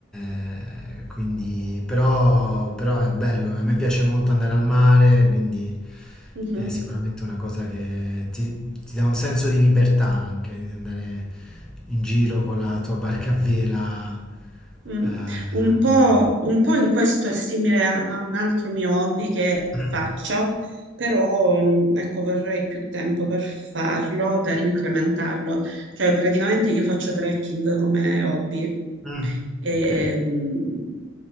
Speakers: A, in the centre; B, on the right.
A: eh, quindi, però, però è bello, a me piace molto andare al mare, quindi
B: Mhm.
A: è sicuramente una cosa che ti, ti dà un senso di libertà anche, di andare in giro con la tua barca a vela,
B: Mm.
A: eh, al
B: Un po',
A: mare.
B: un po' in questo è simile a, a un altro mio hobby che
A: <clears throat>
B: faccio, però, mm, ecco, vorrei più tempo per farlo, per incrementarlo. Cioè, praticamente io faccio trekking come hobby.
A: Mm,
B: E,
A: ok.
B: mm,